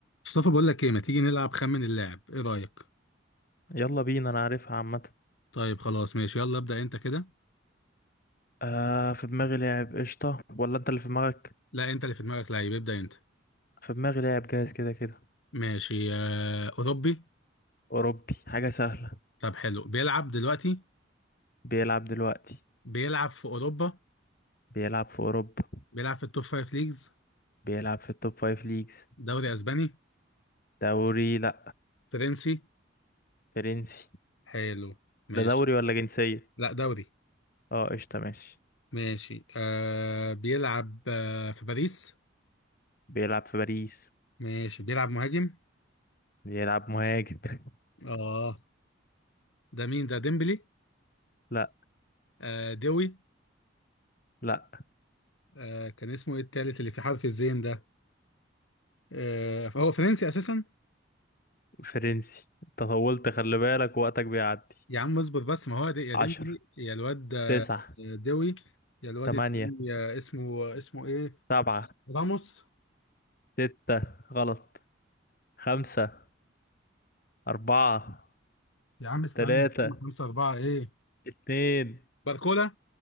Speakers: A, on the left; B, on the left.
A: مصطفى بقول لك ايه ما تيجي نلعب خمن اللاعب ايه رأيك
B: يلا بينا انا عارفها عامة
A: طيب خلاص ماشي يلا ابدأ انت كده
B: آه في دماغي لاعب قشطة ولا انت اللي في دماغك
A: لا انت اللي في دماغك لعيب ابدأ انت
B: في دماغي لاعب جاهز كده كده
A: ماشي آه اوروبي
B: اوروبي حاجة سهلة
A: طب حلو بيلعب دلوقتي
B: بيلعب دلوقتي
A: بيلعب في اوروبا
B: بيلعب في اوروبا
A: بيلعب في التوب فايف ليجز
B: بيلعب في التوب فايف ليجز
A: دوري اسباني
B: دوري لا
A: فرنسي
B: فرنسي
A: حلو ماشي
B: لا دوري ولا جنسية
A: لا دوري
B: اه قشطة ماشي
A: ماشي آه بيلعب آه في باريس
B: بيلعب في باريس
A: ماشي بيلعب مهاجم
B: بيلعب مهاجم <laughs>
A: اه ده مين ده ديمبلي
B: لا
A: آه دوي
B: لا
A: آه كان اسمه ايه التالت اللي في حرف الزين ده آه هو فرنسي اساسا
B: فرنسي أنت طولت خلي بالك وقتك بيعدي
A: يا عم اصبر بس ما هو دي يا
B: عشر
A: ديمبلي يا الواد آه،
B: تسعة
A: دوي يا الواد
B: تمانية
A: التاني آه، اسمه اسمه ايه
B: سبعة
A: راموس
B: ستة غلط خمسة أربعة
A: يا عم استنى
B: تلاتة
A: هم خمسة أربعة ايه
B: اتنين
A: باركولا